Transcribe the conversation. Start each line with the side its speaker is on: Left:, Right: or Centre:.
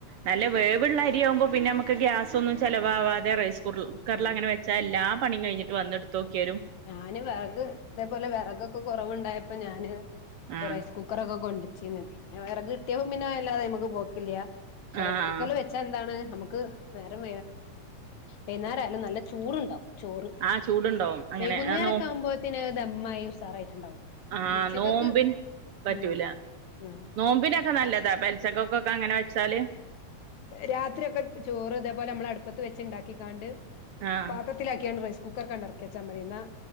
Right: നല്ല വേവുള്ള അരിയാവുമ്പോ പിന്നെ നമുക്ക് ഗ്യാസ് ഒന്നും ചിലവാവാതെ റൈസ് കു കറില്
Left: ആഹ്
Right: അങ്ങനെ വെച്ചാ എല്ലാ പണി കഴിഞ്ഞിട്ട് വന്ന് എടുത്തു നൊക്കിയാലും
Left: ഞാന് വിറക് ഇതേപോലെ വിറകൊക്കെ കുറവുണ്ടായപ്പോ ഞാന്
Right: ആ
Left: റൈസ് കുക്കറൊക്കെ കൊണ്ട് പിന്നെ വിറക് കിട്ടിയപ്പോ പിന്നെ അത് ഇല്ലാതെ നമുക്ക് പോക്കില്ല പക്ഷെ
Right: ആ
Left: റൈസ്
Right: ആ
Left: കുക്കറിൽ വെ വച്ചാ എന്താണ് നമുക്ക് നേരം വൈന്നേരായാലും നല്ല ചൂടുണ്ടാവും ചോറ്.
Right: ആഹ് ചൂടുണ്ടാവും. അങ്ങനെ
Left: വൈകുന്നേരൊക്കെ
Right: ആ നോ
Left: ആവുമ്പോത്തിന് ധമ്മായി ഉസാറായിട്ടുണ്ടാവും.
Right: ആഹ്
Left: ഉച്ചക്കൊക്ക്
Right: നോമ്പിന് പറ്റൂല
Left: ഉം ആഹ്
Right: നോമ്പിലാതപ നല്ലതാ ഉചക്കൊക്കെ അങ്ങനെ വച്ചാല്
Left: രാത്രി ഒക്കെ ചോറ് ഇതേപോലെ നമ്മള് അടുപ്പത്ത് വെച്ച് ഉണ്ടാക്കിക്കാണ്ട്
Right: ആഹ്
Left: പാത്ര ത്തിലാക്കിയാണ്ട് റൈസ് കുക്കർകണ്ടിറക്കി വച്ചമ്മതീന്ന